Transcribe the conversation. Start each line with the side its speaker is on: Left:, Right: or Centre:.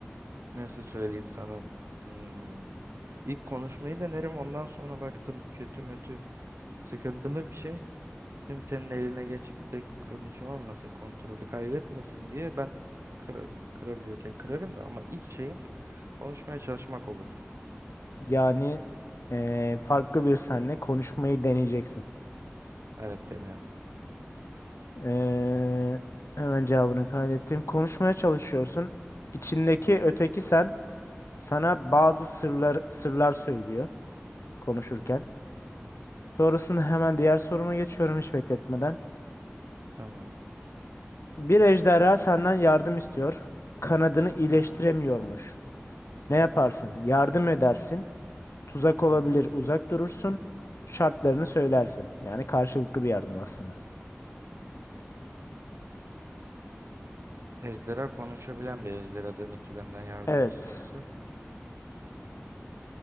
Right: Nasıl söyleyeyim sana? Hmm. İlk konuşmayı denerim ondan sonra baktım kötü mötü sıkıntılı bir şey. Kimsenin eline geçip de konuşu olmasın, kontrolü kaybetmesin diye ben kıra- kırabiliyorken kırarım da ama ilk şeyim konuşmaya çalışmak olur.
Left: Yani eee, farklı bir senle konuşmayı deneyeceksin.
Right: Evet denerim.
Left: Eee, hemen cevabını kaydettim. Konuşmaya çalışıyorsun. İçindeki
Right: Hı hı.
Left: öteki sen sana bazı sırlar sırlar söylüyor konuşurken. Sonrasında hemen diğer soruma geçiyorum hiç bekletmeden.
Right: Tamam.
Left: Bir ejderha senden yardım istiyor. Kanadını iyileştiremiyormuş.
Right: Hı hı.
Left: Ne yaparsın? Yardım edersin. Tuzak olabilir,
Right: Hı hı.
Left: uzak durursun. Şartlarını söylersin. Yani karşılıklı bir yardım aslında.
Right: Ejderha konuşabilen bir ejderha demek ki benden yardım
Left: Evet.
Right: istiyorsa.